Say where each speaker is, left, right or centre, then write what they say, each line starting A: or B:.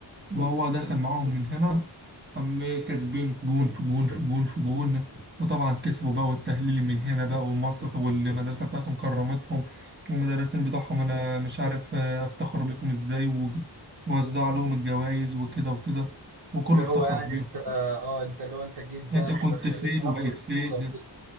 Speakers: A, on the right (about 25°); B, on the right (about 50°).
A: وهو دخل معاهم من هنا أم كاسبين جون في جون في جون في جون وطبعا كسبوا بقى والتهليل من هنا بقى والمصر والمدرسة بتاعتهم كرمتهم والمدرسين بتوعهم أنا مش عارف آه، أفتخر بيكم إزاي وج- ووزعوا لهم الجوائز وكده وكده وكله
B: اللي
A: افتخر
B: هو يعني
A: بيهم
B: انت اه انت اللي هو انت جيت بقى
A: أنت كنت
B: خ- خليتنا
A: فين
B: ناخد
A: وبقيت
B: البطوله
A: فين
B: وكده